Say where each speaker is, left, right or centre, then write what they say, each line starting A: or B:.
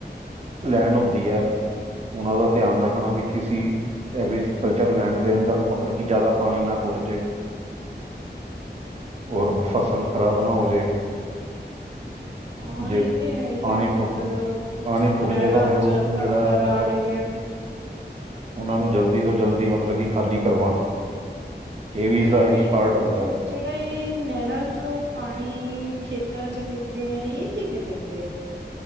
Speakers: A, on the right; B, on the right.
A: ਲੈਂਡ ਹੁੰਦੀ ਐ। ਉਹਨਾਂ ਦਾ ਧਿਆਨ ਰੱਖਣਾ ਵੀ ਕਿਸੀ ਐਗਰੀਕਲਚਰ ਲੈਂਡ ਦੇ ਅੰਦਰ ਮਤਲਬ ਕਿ ਜ਼ਿਆਦਾ ਪਾਣੀ ਨਾ ਟੁੱਟ ਜੇ ਔਰ ਫਸਲ ਖ਼ਰਾਬ ਨਾ ਹੋ ਜੇ
B: ਹਾਂ
A: ਜੇ
B: ਇਹ ਤੇ ਹੈ ਹੀ
A: ਪਾਣੀ
B: ਹੈ ਵੀ
A: ਟੁੱਟ
B: ਜਦੋਂ ਪਿੱਛੋਂ
A: ਪਾਣੀ ਟੁੱਟ
B: ਨਹਿਰਾਂ
A: ਜੇ ਤਾਂ ਫਿਰ
B: ਜਲ
A: ਉਸਨੂੰ
B: ਭਰ-ਭਰ
A: ਜਿਹੜਾ ਹੈ ਮਤਲਬ
B: ਆਉਣਗੀਆਂ
A: ਉਹਨਾਂ ਨੂੰ ਜਲਦੀ ਤੋਂ ਜਲਦੀ ਮਤਲਬ ਕਿ ਖਾਲੀ ਕਰਵਾਉਣਾ। ਇਹ ਵੀਜ਼ਦਾ
B: ਤੇ ਇੱਕ
A: ਪਾਰਟ
B: ਹੋਰ
A: ਹੁੰਦਾ
B: ਜਿਹੜਾ
A: ਮਤਲਬ
B: ਇਹ ਨਹਿਰਾਂ ਚੋਂ ਪਾਣੀ ਖੇਤਾਂ 'ਚ' ਦਿੰਦੇ ਏ, ਇਹ ਕਿਵੇਂ ਦਿੰਦੇ ਐ